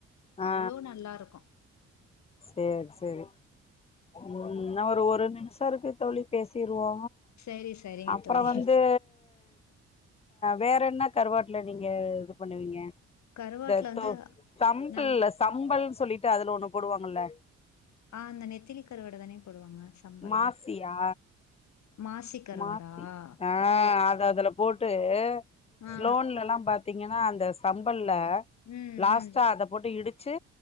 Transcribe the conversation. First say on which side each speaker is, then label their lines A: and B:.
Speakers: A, on the left (about 20°); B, on the left (about 65°).
A: ஆ
B: அவ்ளோ நல்லா இருக்கூ
A: சேரி சேரி ம் நா ஒரு ஒரு நிமிஷ இருக்கு தோழி பேசிற்வோ
B: சரி சரிங்க
A: அப்பற
B: தோழி
A: வந்து வேற என்ன கருவாட்ல நீங்க இது பண்ணுவீங்க
B: கருவாட்டுல
A: த
B: வந்து
A: டோ சம்பல்ல
B: நல்லா
A: சம்பல்ன் சொல்லிட்டு அதுல ஒண்ணு போடுவாங்கல
B: ஆ அந்த நெத்திலி கருவாட தானே போடுவாங்க சம்பல்ல
A: மாசியா
B: மாசி கருவாடா
A: மாசி ஆ
B: ஓ ஓ
A: அது அதுல போட்டு
B: ஆ
A: ஸ்லோன்ல லாம் பாத் பாத்தீங்கன்னா அந்த சம்பல்ல
B: ம்
A: லாஸ்டா
B: ம்
A: அத போட்டு இடிச்சு